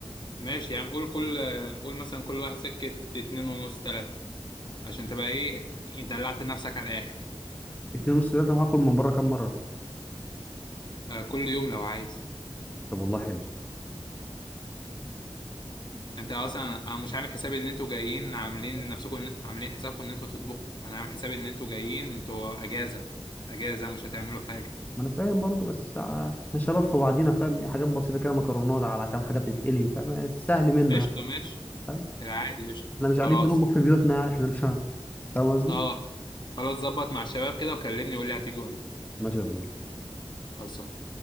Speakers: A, on the left (about 50°); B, on the left (about 15°).
A: ماشي يعني قول كل قول مثلا كل واحد سكه اتنين ونص تلاته عشان تبقى ايه دلعت نفسك على الاخر
B: اتنين ونص تلاته وهاكل من بره كام مره
A: آه كل يوم لو عايز
B: طب والله حلو
A: انت اصلا انا مش عامل حسابي ان انتوا جايين عاملين نفسكم عاملين حسابكم ان انتوا تطبخوا انا عامل حسابي ان انتوا جايين انتوا اجازه اجازه مش هتعملوا حاجه
B: ما انا فاهم برضو بس ع- احنا شباب في بعضينا فاهم حاجات بسيطه كده مكرونات على كام حاجه بتتقلي فاهم سهل منه
A: قشطه
B: يعني
A: ماشي
B: فاهم
A: العادي قشطه
B: احنا مش قاعدين
A: خلاص
B: بنطبخ في بيوتنا يعني احنا مش ه- فاهم قصدي
A: اه خلاص ظبط مع الشباب كده وكلمني وقول لي هتيجي امتى
B: ماشي يا زميلي
A: خلاص